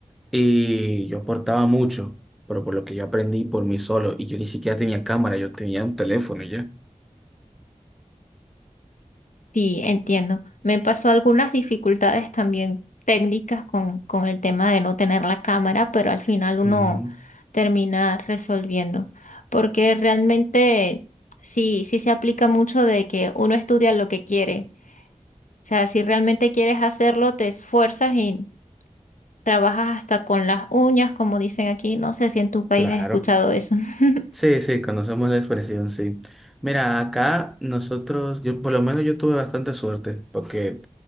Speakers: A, in the centre; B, on the left (about 75°).
A: y yo aportaba mucho, pero por lo que yo aprendí por mí solo, y yo ni siquiera tenía cámara, yo tenía un teléfono ya.
B: Sí, entiendo. Me pasó algunas dificultades también técnicas con, con el tema de no tener la cámara, pero al final uno
A: Mm,
B: termina resolviendo, porque realmente sí, sí se aplica mucho de que uno estudia lo que quiere O sea, si realmente quieres hacerlo, te esfuerzas y trabajas hasta con las uñas, como dicen aquí. No sé si en tu país
A: claro.
B: has escuchado eso. <laughs>
A: Sí, sí, conocemos la expresión, sí. Mira, acá nosotros, yo por lo menos yo tuve bastante suerte, porque